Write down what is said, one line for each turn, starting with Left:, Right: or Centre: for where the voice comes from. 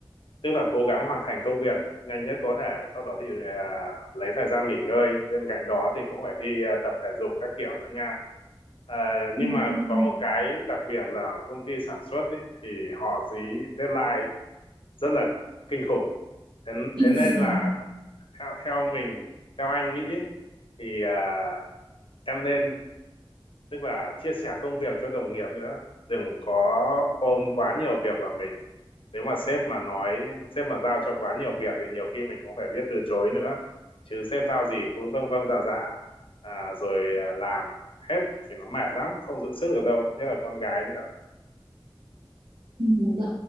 Left: tức là cố gắng hoàn thành công việc nhanh nhất có thể sau đó thì à, lấy thời gian nghỉ ngơi bên cạnh đó thì cũng phải đi à, tập thể dục các kiểu nữa nha À, nhưng
Right: Ừ.
Left: mà có
Right: ừ.
Left: một cái đặc biệt là công ty sản xuất ấy, thì họ dí deadline rất là kinh khủng thế,
Right: <laughs>
Left: thế nên là theo theo mình theo anh nghĩ thì à, em nên tức là chia sẻ công việc cho đồng nghiệp nữa đừng có ôm quá nhiều việc vào mình nếu mà sếp mà nói sếp mà giao cho quá nhiều việc thì nhiều khi mình cũng phải biết từ chối nữa chứ sếp giao gì cứ vâng vâng dạ dạ à, rồi à, làm hết thì nó mệt lắm không giữ sức ở đâu nhất là con gái nữa
Right: Ừ, Dạ,